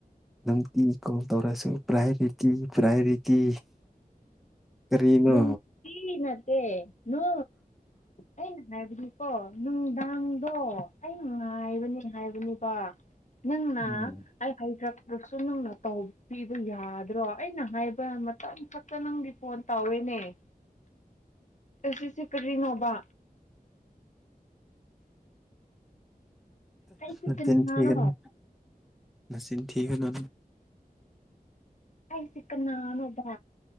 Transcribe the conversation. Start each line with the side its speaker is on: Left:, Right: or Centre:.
Centre: ꯅꯪꯇꯤ ꯀꯣꯜ ꯇꯧꯔꯁꯨ ꯄ꯭ꯔꯥꯏꯌꯣꯔꯤꯇꯤ ꯄ꯭ꯔꯥꯏꯌꯣꯔꯤꯇꯤ ꯀꯔꯤꯅꯣ
Left: ꯅꯨꯡ ꯀ ꯅꯠꯇꯦ ꯅ ꯍꯥꯏ ꯀꯣ ꯅꯨꯡꯗꯥꯡꯗꯣ ꯑꯩ ꯉꯥꯏꯕꯅꯤ ꯍꯥꯏꯕꯅꯦꯕ ꯅꯪꯅ
Centre: ꯎꯝ
Left: ꯑꯩ ꯍꯩꯇꯔꯄ꯭ꯔꯁꯨ ꯅꯪꯅ ꯇꯧꯕꯤꯕ ꯌꯥꯗ꯭ꯔꯣ ꯑꯩꯅ ꯍꯥꯏꯕ ꯃꯇꯝ ꯈꯛꯇ ꯅꯪꯒꯤ ꯐꯣꯟ ꯇꯧꯋꯤꯅꯦ ꯑꯁꯤ ꯑꯁꯤꯁꯦ ꯀꯔꯤꯅꯣꯕ ꯑꯩꯁꯦ
Centre: ꯅꯆꯅꯤ
Left: ꯀꯅꯥꯅꯣ
Centre: ꯊꯅ ꯅꯆꯅꯤ ꯊꯅ
Left: ꯀꯥꯏ ꯁꯤꯛ ꯅꯅꯣꯕ